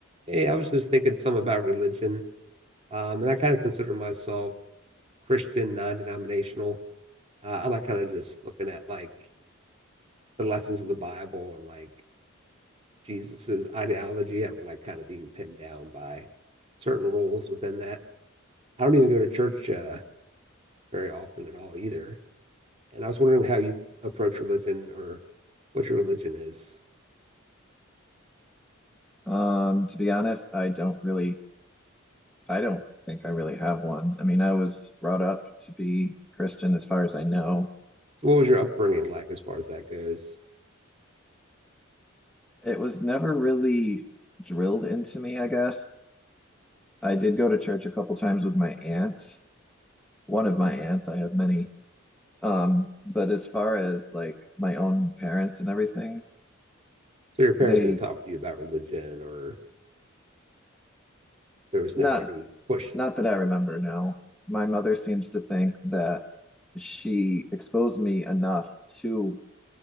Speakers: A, on the right; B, in the centre.
A: Hey, I was just thinking some about religion, um, and I kind of consider myself Christian, non-denominational. Uh, I like kind of just looking at like the lessons of the Bible and like Jesus's ideology. I don't like kind of being pinned down by certain rules within that. I don't even go to church uh, very often at all either. And I was wondering how you approach religion or what your religion is.
B: Um, to be honest, I don't really, I don't think I really have one. I mean, I was brought up to be Christian as far as I know.
A: So, what was your upbringing like as far as that goes?
B: It was never really drilled into me, I guess. I did go to church a couple times with my aunt, one of my aunts, I have many. Um, but as far as like my own parents and everything,
A: So, your parents
B: they
A: didn't talk to you about religion, or there was
B: not
A: never any push
B: not that I remember now. My mother seems to think that she exposed me enough to